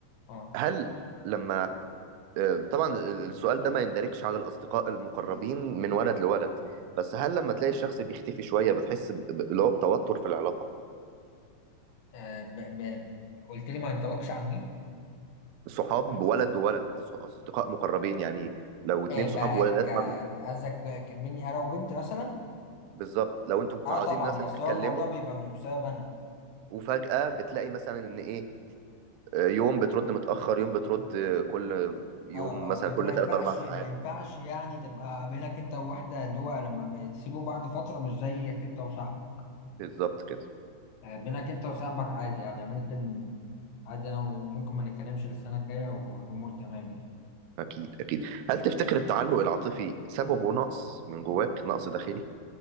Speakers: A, on the left; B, on the right.
A: اه
B: هل لما آه، طبعا السؤال ده ما يندرجش على الاصدقاء المقربين من ولد لولد بس هل لما تلاقي الشخص بيختفي شويه بتحس ب- ب- اللي هو بتوتر في العلاقه
A: آه، ب... ب... قلت لي ما ينطبقش عن مين
B: صحاب ولد وولد ص- اصدقاء مقربين يعني لو اتنين
A: آه بقى
B: صحاب ولدات
A: ك...
B: ما بي...
A: قصدك بقى ك- بيني انا وبنت مثلا
B: بالظبط لو انتم متعودين
A: اه طبعا
B: مثلا
A: بس
B: تتكلموا
A: هو الموضوع بيبقى مش بسبب انا
B: وفجاه بتلاقي مثلا ان ايه يوم بترد متأخر يوم بترد كل يوم
A: اه
B: مثلا
A: اه انت
B: كل
A: ما ينفعش
B: 3 4 ساعات
A: ما ينفعش يعني تبقى بينك انت وواحدة اللي هو لما بتسيبوا بعض فترة مش زيك انت وصاحبك
B: بالظبط كده
A: آه، بينك انت وصاحبك عادي يعني ممكن عادي انا وممكن ما نتكلمش للسنة الجاية والامور تمام يعني
B: اكيد اكيد هل تفتكر التعلق العاطفي سببه نقص من جواك نقص داخلي